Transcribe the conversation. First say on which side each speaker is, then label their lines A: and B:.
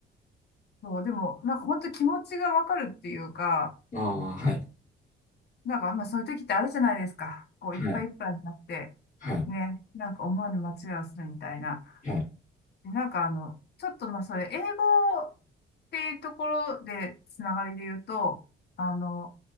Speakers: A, on the left; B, on the left.
A: そう、でも、なんか本当気持ちがわかるっていうか、
B: ああ、はい。
A: なんか、まあそういう時ってあるじゃないですか。こう、
B: はい。
A: いっぱいいっぱいになって、
B: はい。
A: ね、なんか思わぬ間違いをするみたいな。
B: はい。
A: で、なんかあの、ちょっとまあそれ、英語っていうところで、つながりで言うと、あの、